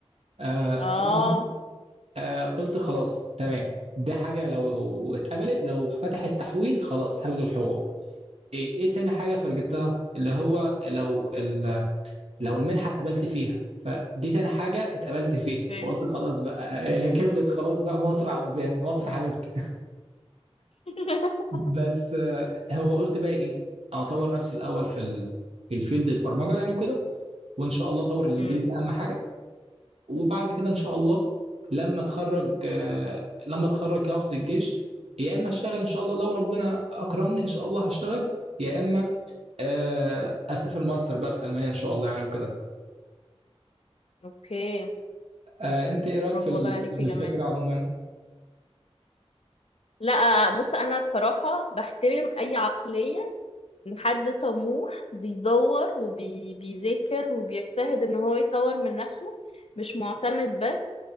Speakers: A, on the right; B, on the left.
A: آه،
B: اه
A: فالمهم آه، قلت خلاص تمام دي حاجة لو اتقبلت لو فتح التحويل خلاص هلغي الحوار إيه, إيه تاني حاجة ترجتها اللي هو لو ال- لو المنحة اتقبلت فيها فدي تاني حاجة اتقبلت فيها
B: اوكي
A: فقلت خلاص بقى آه، هي كملت خلاص بقى مصر عاوزان مصر حبيبتي
B: <laughs>
A: بس آه، هو قلت بقى ايه او اطور نفسي الاول في ال... في الفيلد البرمجه يعني وكده وان شاء الله اطور الانجليزي
B: امم
A: اهم حاجه وبعد كده ان شاء الله لما اتخرج آه، لما اتخرج هاخد الجيش يا اما اشتغل ان شاء الله لو ربنا اكرمني ان شاء الله هشتغل يا اما آه، اسافر ماستر بقى في المانيا ان شاء الله يعني وكده
B: اوكي
A: آه، انت ايه رايك
B: برافو
A: في ال-
B: والله عليك
A: في
B: يا
A: الفكره
B: جمال
A: عموما
B: لا بص انا بصراحة بحترم اي عقلية ان حد طموح بيدور وبيذاكر وبيجتهد ان هو يطور من نفسه مش معتمد بس